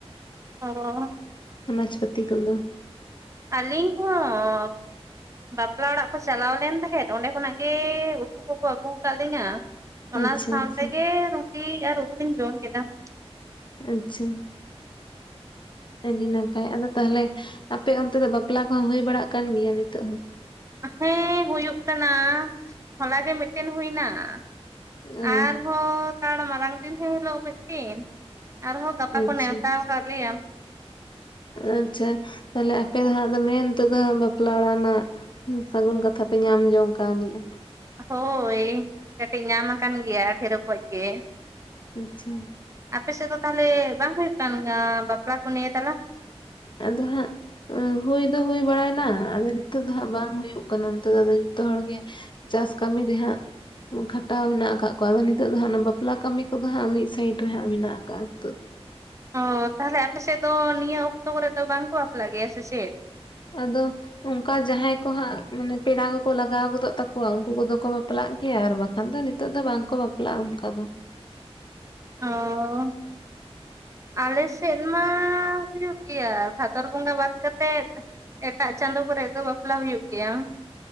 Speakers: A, on the right; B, on the left.
A: ᱚ ᱾
B: ᱚᱱᱟ ᱪᱷᱟᱛᱤ ᱠᱚ ᱫᱚ
A: ᱟᱹᱞᱤᱧ ᱦᱚᱸ ᱾ ᱵᱟᱯᱞᱟ ᱚᱲᱟᱜ ᱠᱚ ᱪᱟᱞᱟᱣ ᱞᱮᱱ ᱛᱟᱦᱮᱸᱫ ᱚᱸᱰᱮ ᱠᱷᱚᱱᱟᱜ ᱜᱮ ᱩᱛᱩ ᱠᱚᱠᱚ ᱟᱹᱜᱩ ᱟᱠᱟᱫ ᱞᱤᱧᱟᱹ ᱾ ᱚᱱᱟ
B: ᱟᱪᱪᱷᱟ
A: ᱥᱟᱶᱛᱮᱜᱮ
B: ᱟᱪᱪᱷᱟ
A: ᱨᱩᱴᱤ ᱟᱨ ᱩᱛᱩ ᱫᱚᱧ ᱡᱚᱢ ᱠᱮᱫᱟ ᱾
B: ᱟᱪᱪᱷᱟ ᱾ ᱟᱹᱰᱤ ᱱᱟᱯᱟᱭ, ᱟᱫᱚ ᱛᱟᱦᱚᱞᱮ ᱟᱯᱮ ᱚᱱᱛᱮ ᱫᱚ ᱵᱟᱯᱞᱟ ᱠᱚᱦᱚᱸ ᱦᱩᱭ ᱵᱟᱲᱟᱜ ᱠᱟᱱ ᱜᱮᱭᱟ ᱱᱤᱛᱚᱜ ᱦᱚᱸ ᱾
A: ᱦᱮᱸ ᱦᱩᱭᱩᱜ ᱠᱟᱱᱟ ᱦᱚᱞᱟ ᱜᱮ ᱢᱤᱫᱴᱮᱱ ᱦᱩᱭ ᱮᱱᱟ ᱟᱨ
B: ᱚ
A: ᱟᱨ ᱦᱚᱸ ᱠᱟᱲ ᱢᱟᱨᱟᱝ ᱫᱤᱱ ᱦᱤᱞᱳᱜ ᱢᱤᱫᱴᱤᱱ ᱟᱨᱦᱚᱸ ᱜᱟᱯᱟ
B: ᱟᱪᱪᱷᱟ
A: ᱠᱚ ᱱᱮᱣᱛᱟ ᱟᱠᱟᱫ ᱞᱮᱭᱟ ᱾
B: ᱟᱪᱪᱷᱟ ᱾ ᱛᱟᱦᱞᱮ ᱟᱯᱮ ᱫᱚ ᱦᱟᱸᱜ ᱫᱚ ᱢᱮᱱ ᱛᱮᱫᱚ ᱵᱟᱯᱞᱟ ᱚᱲᱟᱜ ᱱᱟᱜ ᱾ ᱥᱟᱹᱜᱩᱱ ᱠᱟᱛᱷᱟ ᱯᱮ ᱧᱟᱢ ᱡᱚᱝ ᱠᱟᱱᱤᱡᱼᱟ ᱾
A: ᱦᱳᱭ ᱠᱟᱹᱴᱤᱡ ᱧᱟᱢ ᱟᱠᱟᱱ ᱜᱮᱭᱟ ᱰᱷᱮᱨ ᱚᱠᱚᱡ ᱜᱮ
B: ᱟᱪᱪᱷᱟ
A: ᱟᱯᱮ ᱥᱮᱫ ᱫᱚ ᱛᱟᱦᱚᱞᱮ ᱵᱟᱝ ᱦᱩᱭᱩᱜ ᱠᱟᱱ ᱵᱟᱯᱞᱟ ᱠᱚ ᱱᱤᱭᱟᱹ ᱛᱟᱞᱟ
B: ᱟᱫᱚ ᱦᱟᱸᱜ ᱦᱩᱭ ᱫᱚ ᱦᱩᱭ ᱵᱟᱲᱟᱭᱱᱟ, ᱟᱫᱚ ᱱᱤᱛᱚᱜ ᱫᱚ ᱦᱟᱜ ᱵᱟᱝ ᱦᱩᱭᱩᱜ ᱠᱟᱱᱟ ᱾ ᱱᱤᱛᱚᱜ ᱟᱫᱚ ᱡᱚᱛᱚ ᱦᱚᱲ ᱜᱮ ᱪᱟᱥ ᱠᱟᱹᱢᱤ ᱨᱮᱦᱟᱸᱜ ᱠᱷᱟᱴᱟᱣ ᱢᱮᱱᱟᱜ ᱟᱠᱟᱜᱼᱟ ᱠᱚᱣᱟ ᱟᱫᱚ ᱱᱤᱛᱚᱜ ᱫᱚ ᱦᱟᱸᱜ ᱚᱱᱟ ᱵᱟᱯᱞᱟ ᱠᱟᱹᱢᱤ ᱠᱚᱫᱚ ᱦᱟᱸᱜ ᱢᱤᱫ ᱥᱟᱭᱤᱰ ᱨᱮ ᱦᱟᱸᱜ ᱢᱮᱱᱟᱜ ᱟᱠᱟᱜ ᱱᱤᱛᱚᱜ ᱫᱚ ᱾
A: ᱚᱻ ᱛᱟᱦᱚᱞᱮ ᱟᱯᱮ ᱥᱮᱫ ᱫᱚ ᱱᱤᱭᱟᱹ ᱚᱠᱛᱚ ᱠᱚᱨᱮ ᱫᱚ ᱵᱟᱝᱠᱚ ᱵᱟᱯᱞᱟ ᱜᱮᱭᱟ ᱥᱮ ᱪᱮᱫ?
B: ᱟᱫᱚ ᱚᱱᱠᱟ ᱡᱟᱦᱟᱸᱭ ᱠᱚᱦᱟᱸᱜ ᱢᱟᱱᱮ ᱯᱮᱲᱟ ᱠᱚᱠᱚ ᱞᱟᱜᱟᱣ ᱜᱚᱫᱚᱜ ᱛᱟᱠᱚᱣᱟ, ᱩᱱᱠᱩ ᱠᱚᱫᱚ ᱠᱚ ᱵᱟᱯᱞᱟᱜ ᱜᱮᱭᱟ ᱟᱨ ᱵᱟᱠᱷᱟᱡ ᱟᱫᱚ ᱱᱤᱛᱚᱜ ᱫᱚ ᱵᱟᱝ ᱠᱚ ᱵᱟᱯᱞᱟᱜᱼᱟ ᱚᱱᱠᱟ ᱫᱚ᱾
A: ᱚ ᱟᱞᱮ ᱥᱮᱫ ᱢᱟ ᱦᱩᱭᱩᱜ ᱜᱮᱭᱟ ᱵᱷᱟᱫᱚᱨ ᱵᱚᱸᱜᱟ ᱵᱟᱫ ᱠᱟᱛᱮᱫ ᱾ ᱮᱴᱟᱜ ᱪᱟᱸᱫᱚ ᱠᱚᱨᱮ ᱫᱚ ᱵᱟᱯᱞᱟ ᱦᱩᱭᱩᱜ ᱜᱮᱭᱟ ᱾